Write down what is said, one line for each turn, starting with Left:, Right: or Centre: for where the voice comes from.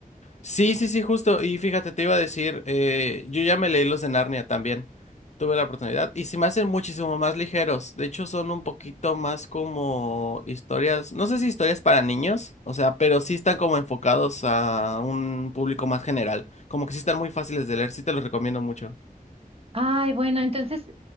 Left: Sí, sí, sí, justo. Y fíjate, te iba a decir, eh, yo ya me leí los de Narnia también. Tuve la oportunidad. Y se me hacen muchísimo más ligeros. De hecho, son un poquito más como historias, no sé si historias para niños, o sea, pero sí están como enfocados a un público más general. Como que sí están muy fáciles de leer, sí te los recomiendo mucho.
Right: Ay, bueno, entonces